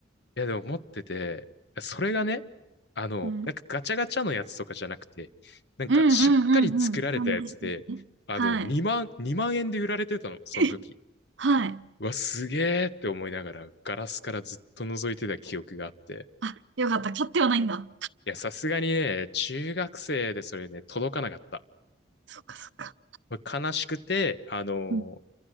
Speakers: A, on the left (about 60°); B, on the right (about 75°).
A: う。いや、でも持ってて、それがね、あの、
B: うん。
A: なんかガチャガチャのやつとかじゃなくて、なんかしっかり作られたやつで、
B: うんうんうんうん。そうですね。
A: あの、
B: はい。
A: 2万、2万円で売られてたの、
B: <laughs>
A: その時。
B: えはい。
A: うわ、すげーって思いながら、ガラスからずっと覗いてた記憶があって。
B: あ、よかった。買ってはないんだ。
A: いや、さすがにね、中学生でそれね、届かなかった。
B: そっかそっか。
A: これ悲しくて、あの
B: うん